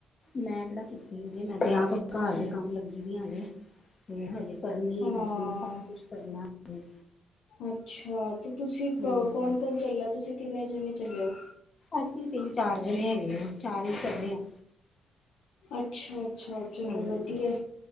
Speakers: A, on the left (about 40°); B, on the left (about 80°).
A: ਮੈਂ ਕਿਹੜਾ ਕੀਤੀ ਜੇ। 'ਮੈਂ' ਤੇ ਆਪ ਘਰਦੇ ਕੰਮ ਲੱਗੀ ਵੀ ਆਂ ਹਜੇ। ਨਹੀਂ ਹਜੇ ਕਰਨੀ
B: ਹਾਂ
A: ਏ ਪੈਕੀੰਗ, ਸਭ ਕੁਛ ਕਰਨਾ ਹਜੇ।
B: ਅੱਛਾ, ਤੇ ਤੁਸੀਂ
A: ਹਾਂਜੀ
B: ਕ ਕੌਣ-ਕੌਣ ਚੱਲਾ, ਤੁਸੀਂ ਕਿੰਨੇ ਜਣੇ ਚੱਲੇ ਓ?
A: ਅਸੀਂ ਤਿੰਨ-ਚਾਰ ਜਣੇ ਹੈਗੇ ਆਂ, ਚਾਰੇ ਈ ਚੱਲੇ ਆ।
B: ਅੱਛਾ-ਅੱਛਾ ਚਲੋ
A: ਹਾਂਜੀ
B: ਵਧੀਆ,